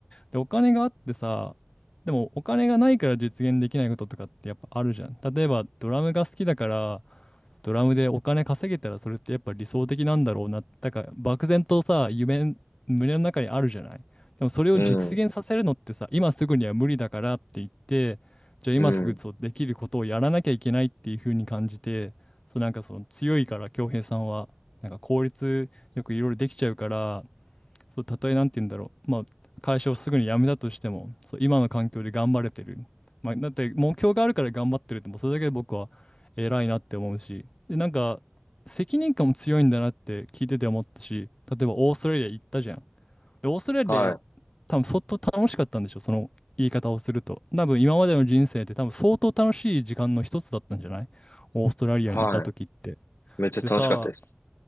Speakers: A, on the left; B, on the left.
A: で、お金があってさ、でもお金がないから実現できないこととかってやっぱあるじゃん。例えばドラムが好きだから、ドラムでお金稼げたらそれってやっぱ理想的なんだろうな。だから漠然とさ、夢、胸の中にあるじゃない。でもそれを実現させるのってさ、
B: うん。
A: 今すぐには無理だからって言って、じゃあ今すぐそうできることをやらなきゃいけないっていう風に感じて、
B: うん。
A: そうなんかその強いから恭平さんは、なんか効率よくいろいろできちゃうから、そう、たとえなんて言うんだろう、まあ、会社をすぐに辞めたとしても、そう、今の環境で頑張れてる。まあ、だって目標があるから頑張ってるって、もうそれだけで僕は偉いなって思うし、で、なんか、責任感も強いんだなって聞いてて思ったし、例えばオーストラリア行ったじゃん。で、オーストラリアで
B: は
A: 多分相当楽しかったんでしょ、その言い方をすると。多分今までの人生で多分相当楽しい時間の一つだったんじゃないオーストラリアにいた時って。
B: い。はい。めっちゃ楽しかったです。
A: でさ、